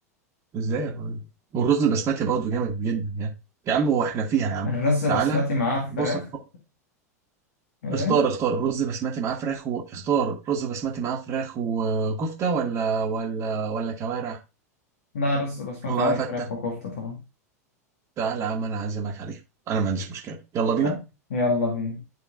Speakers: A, on the right (about 30°); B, on the left (about 60°).
A: ازاي يا راجل والرز البسمتي برضه جامد جدا يعني يا عم هو احنا فيها يا عم
B: الرز بسمتي
A: تعالى
B: معاه فراخ
A: بص
B: إيه؟
A: اختار اختار رز بسمتي معاه فراخ واختار رز بسمتي معاه فراخ وكفتة ولا ولا ولا كوارع
B: لا رز بسمتي
A: ومعاه
B: عليه
A: فتة
B: فراخ وكفتة طبعا
A: تعالى يا عم انا اعزمك عليه انا ما عنديش مشكلة يلا بينا
B: آه. يلا بينا